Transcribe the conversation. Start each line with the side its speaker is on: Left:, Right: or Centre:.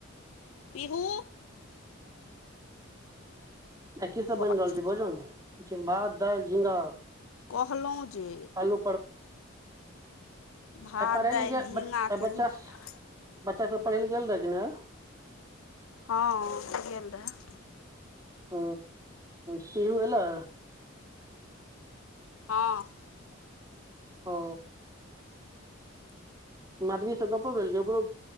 Left: पीहुू।
Right: आ की सभ
Left: बाबाके
Right: बनि रहल
Left: चाय
Right: छैय भोजन भात दालि झिंगा।
Left: कहलहुँ जे।
Right: आलू
Left: भात
Right: आ पढ़ै
Left: दालि
Right: लए गेल
Left: झिङ्गाके
Right: बच्चा
Left: भुजिया
Right: बच्चा सब पढ़ै ले गेल रहै कि ने।
Left: हँ गेल रहए।
Right: ह पिहू एला
Left: हँ
Right: ओ मधु सँ गप्पो भेल कि? ओकरो